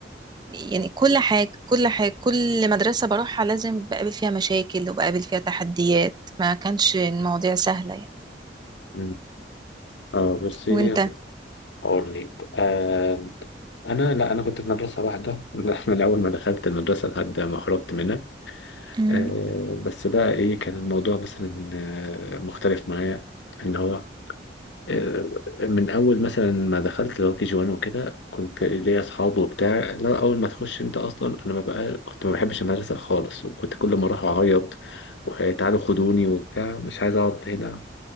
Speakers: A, on the right; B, on the left.
A: يعني كل حاجة كل حاجة كل مدرسة بروحها لازم بقابل فيها مشاكل وبقابل فيها تحديات ما كانش المواضيع سهلة يعني
B: مم. اه بصي
A: وانت
B: اقول لك آه انا لا انا كنت في مدرسة واحدة <laughs> من اول ما دخلت المدرسة لحد ما خرجت منها
A: مم.
B: آه بس بقى ايه كان الموضوع مثلا آه، مختلف معايا ان هو آه، من اول مثلا ما دخلت اللي هو كي جي 1 وكده كنت ليا اصحاب وبتاع لا اول ما تخش انت اصلا انا ما بقى كنت ما بحبش المدرسه خالص وكنت كل ما اروح اعيط وتعالوا خدوني وبتاع مش عايز اقعد هنا